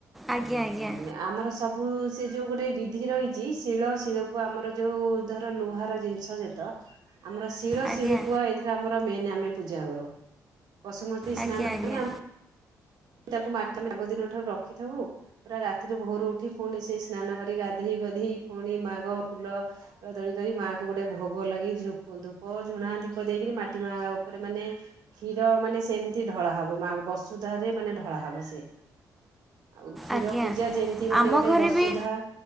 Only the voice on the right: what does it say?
ହ
ଆମର ସବୁ ସେ ଯୋଉଁ ଗୋଟେ ବିଧି ରହିଛି ଶିଳ ଶିଳପୁଆ ଆମର ଯେଉ ଧର ଲୁହାର ଜିନିଷ ଛ ଯେତ ଆମର ଶିଳ
ଶିଳପୁଆ ଏଥିରେ ଆମର ମେନ ଆମେ ପୂଜା କରଉ। ବସୁମତୀ ସ୍ନାନ
ମାନେ ତାକୁ ମାଟି ଆମେ ଆଗଦିନ ଠାରୁ ରଖିଥିବୁ ପୁରା ରାତିରୁ ଭୋରୁ ଉଠି ପୁଣି ସେଇ ସ୍ନାନ କରି ଗାଧେଇ ପାଧେଇ ପୁଣି ମା'ଙ୍କ ଫୁଲ ତୋଳା ତୋଳି କରି ମାଆ କୁ ଗୋଟେ ଭୋଗ ଲଗେଇ ଧୂପ ଝୁଣା ଦୀପ ଦେଇକରି ମାଟି ମା ଉପରେ ମାନେ କ୍ଷୀର ମାନେ ସେମିତି ଢଳା ହବ ମା ବସୁଧା ରେ ମାନେ ଢଳା ହବ ସେ। ଆଉ କ୍ଷୀର
ପୂଜା ଯେମତି ମାନେ
ଗୋଟେ
ବସୁଧା